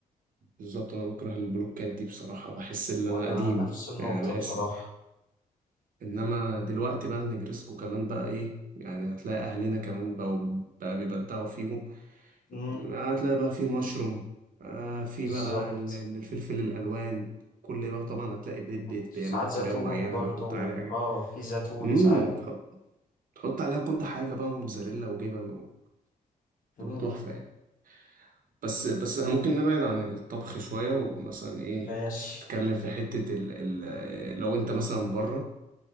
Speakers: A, on the right; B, on the left.
A: بالظبط انا بكره البلوكات دي بصراحة بحس ان
B: وانا
A: انا قديم
B: نفس النقطه
A: يعني بحس
B: بصراحه
A: انما دلوقتي بقى النجرسكو كمان بقى ايه يعني هتلاقي اهلنا كمان بقوا بقى بيبدعوا فيهم
B: امم
A: هتلاقي بقى في مشروم آه في
B: بالظبط
A: بقى ال- ال- الفلفل الالوان كل بقى طبعا هتلاقي بيت بيت
B: ساعات
A: بيعملوا
B: زيتون
A: بطريقه معينه
B: برضو
A: بيحط عليها حاجه
B: اه في زيتون
A: امم
B: ساعات
A: تحط عليها كل حاجه بقى موتزاريلا وجبن
B: مم.
A: وتبقى تحفه يعني بس بس ممكن نبعد عن الطبخ شويه ومثلا ايه
B: ماشي
A: نتكلم في حته ال ال لو انت مثلا بره